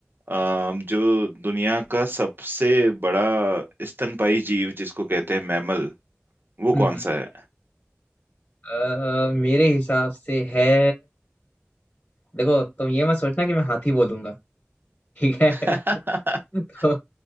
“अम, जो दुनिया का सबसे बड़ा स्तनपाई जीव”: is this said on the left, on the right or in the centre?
Right